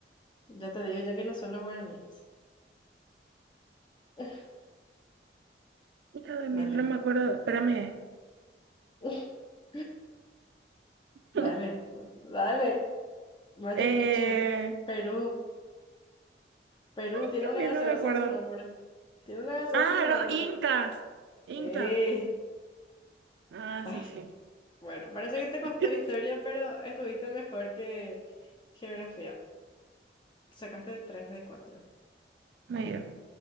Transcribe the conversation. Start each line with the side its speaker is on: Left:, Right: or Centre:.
Left: Ya te digo, ya que no son los guaraníes. <laughs>
Right: Hijo de mí,
Left: Dale.
Right: no me acuerdo. Espérame.
Left: <laughs> Dale,
Right: <laughs>
Left: dale. Machu
Right: Eh.
Left: Picchu, Perú. Perú tiene
Right: Dios
Left: una
Right: mío,
Left: gaseosa
Right: no me acuerdo.
Left: en su nombre. Tiene una gaseosa
Right: Ah,
Left: en su
Right: los
Left: nombre.
Right: incas. Inca.
Left: Sí.
Right: Ah,
Left: Ay,
Right: sí, sí.
Left: bueno, Bueno, parece que
Right: <laughs>
Left: te costó historia, pero estuviste mejor que geografía. Sacaste 3 de 4.
Right: Muy bien.